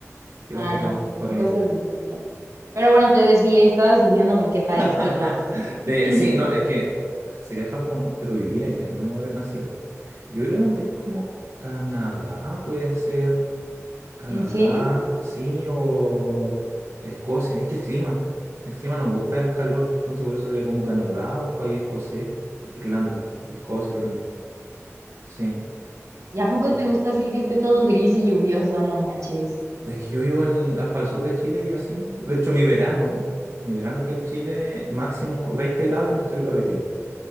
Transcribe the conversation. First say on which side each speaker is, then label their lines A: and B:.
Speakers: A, on the right; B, on the right.
A: Que
B: Ah,
A: va por
B: no,
A: ahí, por
B: son
A: ahí
B: cosas
A: igual.
B: distintas. Pero bueno, te desvié, estabas diciéndome en qué país
A: <laughs>
B: querías.
A: De-
B: <laughs>
A: sí, no, es que sería Japón, pero vivir allá, no haber nacido. Yo creo que un país como Canadá puede ser. Canadá,
B: ¿En serio?
A: sí, o Escocia. Es que el clima, el clima nos gusta el calor, entonces por eso sería como Canadá, un país escocés, Irlanda, eh, Escocia, Irlanda. Sí.
B: ¿Y a poco
A: Eh,
B: te gusta así que esté todo gris y lluvioso? No manches.
A: es que yo vivo en, al- para el sur de Chile y así. De hecho, mi verano, mi verano acá en Chile, máximo 20 grados y me estoy derritiendo.